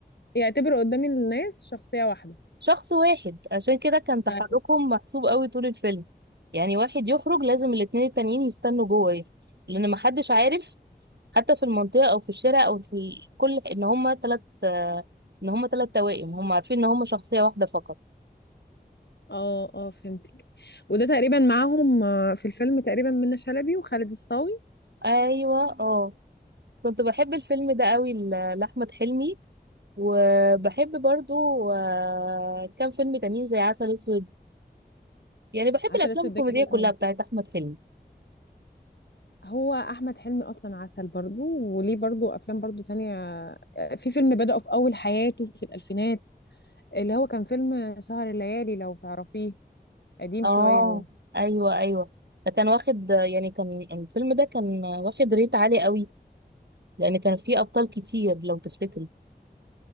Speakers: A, on the left; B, on the right.
A: يعتبروا قدام الناس شخصية واحدة
B: شخص واحد عشان كده كان تحركهم
A: اه
B: محسوب قوي طول الفيلم يعني واحد يخرج لازم الاتنين التانيين يستنوا جوه يخرج. لان محدش عارف حتى في المنطقة او في الشارع او في ال- كل ان هما تلات آه، ان هما تلات توائم هما عارفين ان هما شخصية واحدة فقط
A: اه آه، فهمتك وده تقريبا معاهم آه، في الفيلم تقريبا منة شلبي وخالد الصاوي
B: ايوه اه كنت بحب الفيلم ده قوي ل- لأحمد حلمي وبحب برضو آه، كام فيلم تانيين زي عسل اسود يعني بحب
A: عسل
B: الافلام
A: اسود
B: الكوميدية
A: ده جميل
B: كلها
A: قوي
B: بتاعت احمد حلمي
A: هو احمد حلمي اصلا عسل برضو وليه برضو افلام برضو تانية آه، في فيلم بدأه في اول حياته في الالفينات اللي هو كان فيلم سهر الليالي لو تعرفيه قديم
B: اه
A: شوية هو
B: ايوه ايوه فكان واخد يعني كان الفيلم ده كان واخد ريت عالي قوي لان كان فيه ابطال كتير لو تفتكر